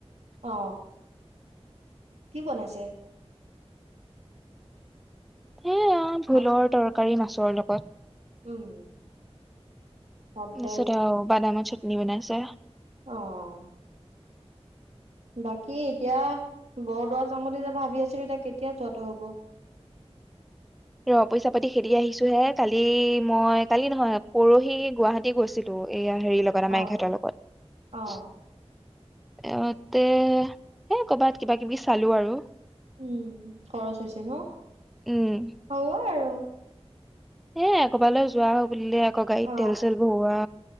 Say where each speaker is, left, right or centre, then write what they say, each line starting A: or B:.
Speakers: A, on the right; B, in the centre.
A: অ কি বনাইছে?
B: সেয়া ভোলৰ
A: ভাত
B: তৰ কাৰী মাছৰ লগত।
A: উম হওক
B: পিছত
A: দে
B: বাদাম চাটনি বনাইছে।
A: অহ, বাকী এতিয়া বৰদোৱা যাম বুলি যেতি ভাবি আছিলো এতিয়া কেতিয়া যোৱাটো হব।
B: ৰ পইচা পাতি খেদি আহিছোহে কালি মই কালি নহয় পৰহি গুৱাহাটী গৈছিলো এয়া। হেৰিৰ লগত
A: অ
B: আমাৰ এখেতৰ লগত।
A: অ
B: এহতে এ কৰবাত কিবা-কিবি চালো আৰু।
A: উম খৰচ হৈছে ন।
B: উম
A: হব আৰু।
B: এয়ে কবালৈ যোৱা হ'ব বুলে আকৌ গাড়ীত
A: অ
B: তেল-চেল ভৰোৱা